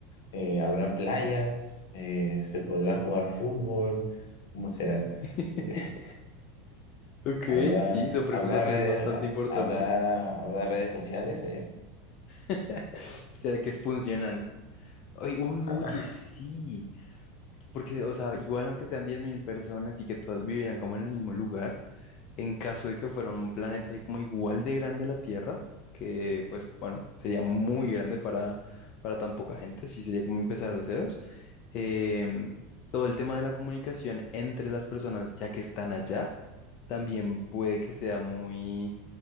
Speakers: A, on the left; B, on the left.
A: Eh, ¿habrá playas? Eh, ¿se podrá jugar fútbol? ¿Cómo será?
B: <laughs>
A: <laughs>
B: Ok,
A: ¿Habrá,
B: sí, son preocupaciones
A: habrá redes,
B: bastante importantes.
A: habrá, habrá redes sociales allá?
B: <laughs> ¿Será que funcionan? Ay, uy,
A: Ajá,
B: oye, sí. Porque, o sea, igual aunque sean 10.000 personas y que todas vivieran como en el mismo lugar, En caso de que fuera un planeta como igual de grande a la Tierra, que pues bueno, sería muy grande para, para tan poca gente, sí sería como empezar de ceros. Em, todo el tema de la comunicación entre las personas ya que están allá, también puede que sea muy,